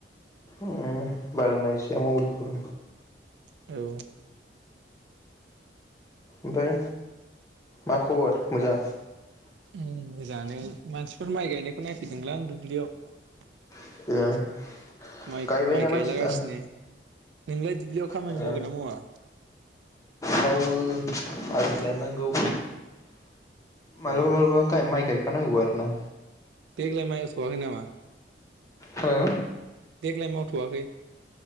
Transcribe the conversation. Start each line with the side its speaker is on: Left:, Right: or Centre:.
Left: उम बारानायजाया मबाइलखौ
Right: औ
Left: ओमफाय मा खबर मोजां
Right: उम मोजांङानो मानसिफोर माइ गायनायखौ नायफैदोंलै आं दुब्लियाव
Left: मोजां
Right: <inaudible>
Left: गायबायना
Right: माइ
Left: मानसिफ्रा
Right: गायलागासिनो नोंलाय दुब्लियाव खामानि
Left: ओ
Right: मावगोन ना मावा
Left: मावो आलि दाननांगौ मालाबा
Right: ए
Left: मालाबा गाय माइ गायफा फा नांगौ आरोना
Right: देग्लाय नामा
Left: हो
Right: देग्लाय मावथवाखै